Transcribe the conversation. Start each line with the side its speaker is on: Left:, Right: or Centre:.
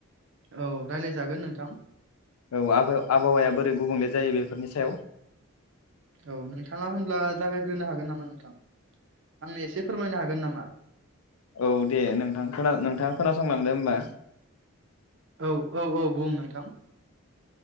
Right: औ रायज्लायजागोन नोंथां।
Left: औ आब-आबहावाया बोरै गुबुंले जायो बेफोरनि सायाव।
Right: औ नोंथाङा होनब्ला जागायग्रोनो हागोन नामा नोंथां आंनो एसे फोरमायनो हागोन नामा?
Left: औ दे नोंथां खोना नोंथाङा खोनासंलांदो होनबा।
Right: औ औ औ बुं नोंथां।